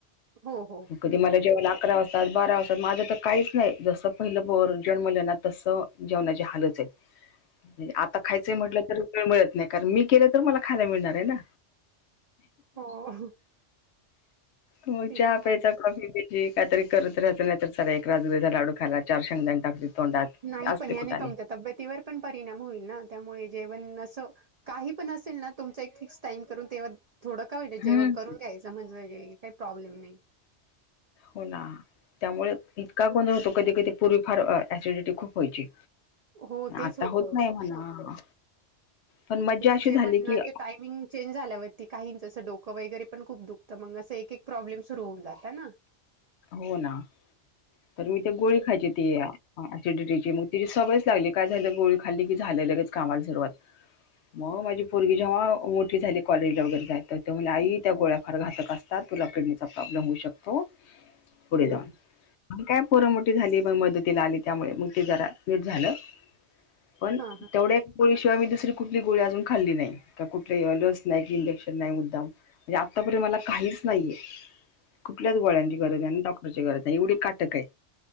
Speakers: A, on the right; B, on the left.
A: हो हो
B: कधी मला जेवायला अकरा वाजतात, बारा वाजतात माझं तर काहीच नाही. जसं पहिलं पोर जन्मले ना तस जेवणाची हालच आहे. आता खायचंय म्हटलं तर मिळत नाही. कारण मी केले तर मला खायला मिळणार आहे ना!
A: हो
B: मग
A: ते
B: चहा
A: तर
B: प्यायचा
A: आहे
B: कॉफी प्यायची. ह काहीतरी करत राहत नाही तर चाला एक राजगिर्याचा लाडू खायला. चार शेंगदाण टाक तोंडात
A: नाही
B: असले
A: पण याने
B: कुठाने
A: तुमच्या तब्येतीवर पण परिणाम होईल ना त्यामुळे जेवण असं काही पण असेल ना तुमच एक फिक्स टाइम करून. तेव्हा, थोडं का होईना जेवण
B: हम्म.
A: करून घ्यायचं. <unintelligible> प्रॉब्लेम नाही.
B: होना. त्यामुळे इतका गोंधळ होतो कधी कधी, पूर्वी फार ऍसिडिटी खूप व्हायची.
A: हो तेच
B: आता
A: होतं
B: होत नाही म्हणा. पण मज्जा
A: ते
B: अशी
A: की जेवणाचे
B: झाली की
A: टायमिंग चेंज झाल्यावरती काहीचं असं डोकं वगैरे पण खूप दुखतं मग असं एक एक प्रॉब्लेम सुरु होऊन जात ना.
B: हो ना. तर मी ते गोळी खायची ती या असिडिटीची मग तिची सवयच लागली. काय झालं गोळी खाल्ली की झाल्या झाल्याचं लगेच कामाला सुरुवात मग माझी पोरगी जेव्हा मोठी झाली कॉलेजला वगैरे जाते ती म्हणलं आई त्या गोळ्या फार घातक असतात. तुला किडनीचा प्रॉब्लेम होऊ शकतो. पुढे
A: हो.
B: जाऊन. काय पोर मोठी झाली मग मदतीला आली त्यामुळे मग ते जरा नीट झालं. पण
A: हां हां.
B: तेवढे गोळी शिवाय मी दुसरी कुठली गोळी अजून खाल्ली नाही. का कुठली लस नाही कि इंजेक्शन नाही मुद्दाम. म्हणजे आता पर्यंत मला काहीच नाही ये. कुठल्याच गोळ्यांची गरज आहे ना डॉक्टरची गरज आहे एवढी काटक आहे.